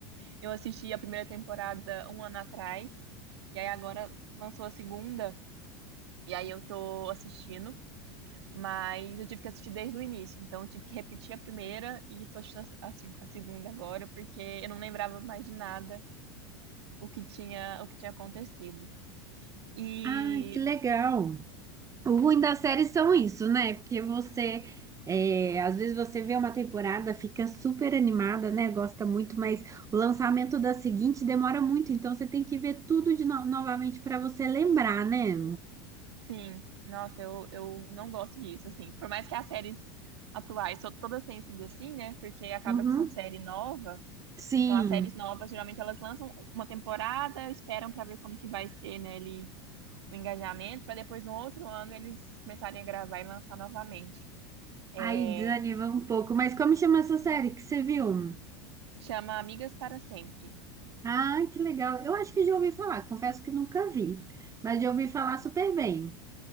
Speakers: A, on the right; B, on the right.
A: eu assisti a primeira temporada um ano atrás, e aí agora lançou a segunda, e aí eu tô assistindo. Mas eu tive que assistir desde o início, então eu tive que repetir a primeira e estou assistindo a, a se- a segunda agora, porque eu não lembrava mais de nada o que tinha, o que tinha acontecido. E
B: Ah, que legal! O ruim das séries são isso, né? Porque você, é, às vezes você vê uma temporada, fica super animada, né? Gosta muito, mas o lançamento da seguinte demora muito, então você tem que ver tudo de no- novamente para você lembrar, né?
A: sim, nossa, eu, eu não gosto disso, assim. Por mais que as séries atuais to- todas tenham sido assim, né? Porque acaba
B: Uhum.
A: que são série nova.
B: Sim.
A: Então as séries novas, geralmente elas lançam uma temporada, esperam para ver como que vai ser, né, ali, o engajamento, para depois no outro ano eles começarem a gravar e lançar novamente. É,
B: Aí desanima um pouco. Mas como chama essa série que você viu?
A: Chama Amigas para Sempre.
B: Ah, que legal. Eu acho que já ouvi falar. Confesso que nunca vi. Mas já ouvi falar super bem.